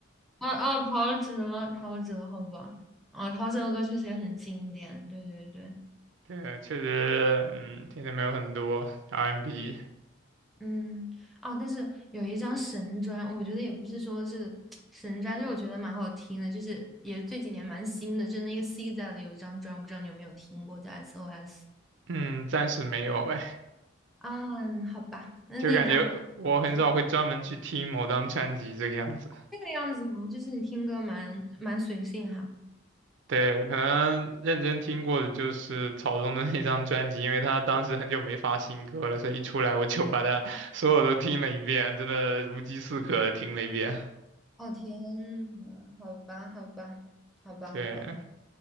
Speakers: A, in the centre; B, on the right (about 65°).
A: 啊啊！陶喆，陶喆，好吧，啊，陶喆的歌确实也很经典。对对对，
B: <laughs> 对，确实，嗯，听的没有很多 R&B m。
A: 嗯，哦，但是有一张神专，我觉得也不是说是神专，就是我觉得蛮好听的，就是也这几年蛮新的，就是那个 C z 的有一张专，我不知道你有没有听过，叫 SOS
B: 嗯，暂时没有哎，
A: 啊，好吧，那那张
B: 就感觉我很少会专门去听某张专辑这个样子。
A: 是这个样子吗？就是你听歌蛮蛮随性哈。
B: 对，可能认真听过的就是草东的那张专辑，因为他当时很久没发新歌了，所以一出来我就把他所有都听了一遍，真的如饥似渴的听了一遍。
A: 哦天呐，好吧，好吧，好吧，
B: 对，
A: 好吧，